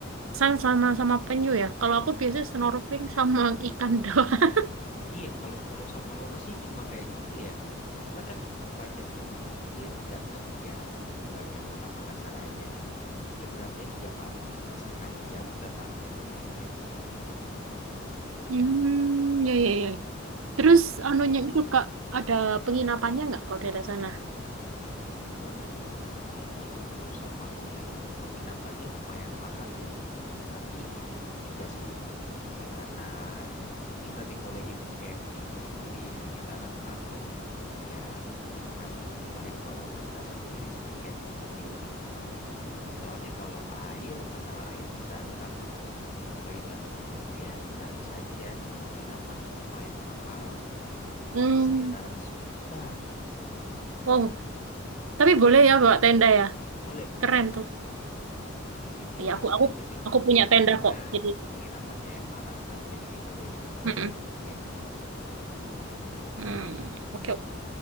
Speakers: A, on the right; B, on the left.
A: Sang sama sama penyu ya kalau aku biasanya snorkeling sama ikan doang <laughs>
B: Iya, kalau Pulau Samalona sih cuma kayak gitu ya. Cuma kan budgetnya lebih dikit karena ya di bagian kota Makassar aja gitu. Nyebrangnya juga paling cuma setengah jam udah sampai ke pulaunya.
A: Hmm, ya, ya, ya. Terus
B: Terus
A: anunya itu Kak, ada penginapannya nggak kalau daerah sana
B: kalau kebetulan kalau Pulau Samalona itu penginapannya lumayan mahal ya. Tapi itu juga sih eh, karena kita dibolehin camping di situ di sekitaran pantai, ya mungkin kamu lebih baik bawa tenda sendiri sih, camping sendiri. Soalnya kalau air, masalah air di sana sama toilet umum ya gratis aja, cuma penginapannya lumayan mahal. Mungkin
A: hmm,
B: sekitaran sejuta.
A: wow tapi boleh ya bawa tenda ya
B: Boleh, boleh,
A: keren
B: boleh.
A: tuh
B: Di situ
A: ya aku
B: itu
A: aku
B: aja sih kelebihannya
A: aku punya tenda
B: karena
A: kok jadi
B: penginapannya yang mahal kan, jadi dibolehin aja
A: Mm-mm.
B: camping.
A: Hmm, oke oke.